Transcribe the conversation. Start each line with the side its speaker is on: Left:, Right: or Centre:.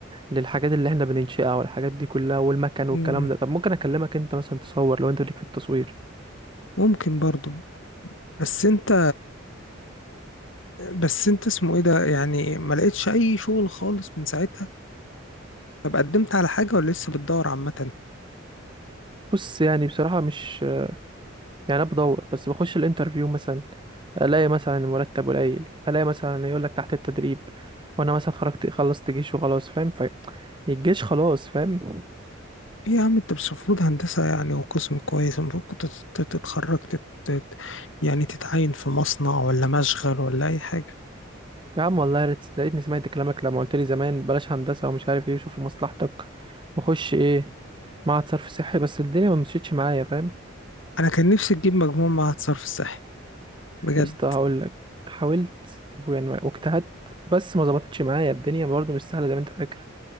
Right: للحاجات اللي احنا بننشئها والحاجات دي كلها والمكن والكلام
Left: مم،
Right: ده طب ممكن اكلمك انت مثلا تصور لو انت ليك في التصوير
Left: ممكن برضو بس انت بس انت اسمه ايه ده يعني ما لقيتش اي شغل خالص من ساعتها طب قدمت على حاجة ولا لسه بتدور عامة ايه
Right: بص يعني بصراحه مش يعني انا بدور بس بخش الانترفيو مثلا الاقي مثلا المرتب قليل الاقي مثلا يقول لك تحت التدريب وانا مثلا خرجت خلصت جيش وخلاص فاهم ف الجيش خلاص فاهم
Left: يا عم انت مش المفروض هندسة يعني وقسم كويس المفروض كنت تت- تت- تتخرج تت... تت- يعني تتعين في مصنع ولا مشغل ولا اي حاجة
Right: يا عم والله يا ريت لقيتني سمعت كلامك لما قلت لي زمان بلاش هندسة ومش عارف ايه وشوف لمصلحتك وخش ايه معهد صرف صحي بس الدنيا ما مشيتش معايا فاهم
Left: انا كان نفسي تجيب مجموع مع الصرف الصحي بجد
Right: يا اسطى هقول لك حاولت ويعني واجتهدت بس ما ظبطتش معايا الدنيا برضه مش سهلة زي ما انت فاكر